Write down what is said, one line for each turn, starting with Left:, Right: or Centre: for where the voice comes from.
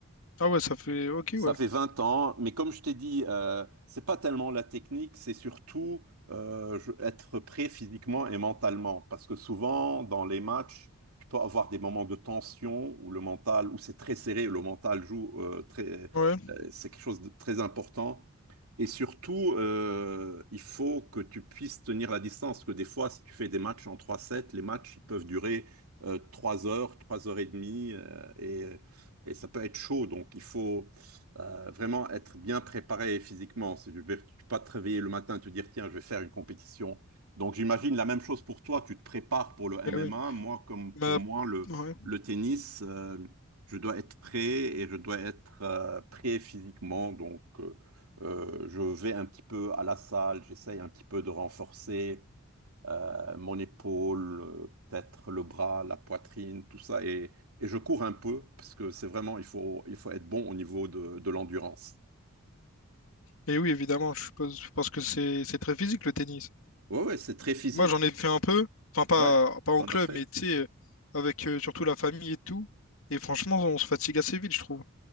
Left: Ah ouais, ça fait. Ok,
Right: Ça
Left: ouais.
Right: fait 20 ans, mais comme je t'ai dit, euh, c'est pas tellement la technique, c'est surtout euh, je- être prêt physiquement et mentalement. Parce que souvent, dans les matchs, tu peux avoir des moments de tension où le mental, où c'est très serré, le mental joue euh, très,
Left: Ouais,
Right: euh, c'est quelque chose de très important. Et surtout, euh, il faut que tu puisses tenir la distance, parce que des fois, si tu fais des matchs en trois sets, les matchs ils peuvent durer euh, 3 heures, 3 heures et demie, euh, et, et ça peut être chaud. Donc, il faut euh, vraiment être bien préparé physiquement. Si tu ne peux pas te réveiller le matin et te dire, tiens, je vais faire une compétition. Donc, j'imagine la même chose pour toi. Tu te prépares pour le MMA.
Left: eh oui.
Right: Moi, comme
Left: Bah,
Right: pour moi, le,
Left: ouais.
Right: le tennis, euh, je dois être prêt et je dois être euh, prêt physiquement. Donc, euh, euh, je vais un petit peu à la salle, j'essaye un petit peu de renforcer euh, mon épaule, euh, peut-être le bras, la poitrine, tout ça. Et, et je cours un peu, parce que c'est vraiment, il faut, il faut être bon au niveau de, de l'endurance.
Left: Et oui, évidemment, je suppose, parce que c'est c'est très physique le tennis.
Right: Ouais, ouais, c'est très physique.
Left: Moi, j'en ai fait un peu, enfin pas,
Right: Ouais,
Left: pas en
Right: t'en
Left: club,
Right: as fait?
Left: mais tu sais, euh, avec euh, surtout la famille et tout. Et franchement, on se fatigue assez vite, je trouve.